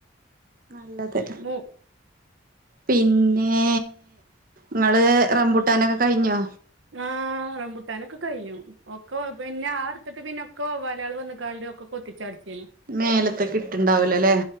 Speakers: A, on the right (about 45°); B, on the right (about 75°).
A: നല്ലത്.
B: രി
A: പിന്നേ ഇങ്ങള് റംബൂട്ടാനൊക്കെ കഴിഞ്ഞോ?
B: ആഹ് റംമ്പുട്ടാനൊക്കെ കഴിഞ്ഞു. ഒക്കെ പിന്നെ ആ അടുത്തിട്ട് പിന്നെ ഒക്കെ പോ വവ്വലാള് വന്ന് കാണ്ട് ഒക്കെ കൊത്തിച്ചടിച്ചേനു.
A: മേലത്തെ കിട്ടുണ്ടാവുലല്ലേ?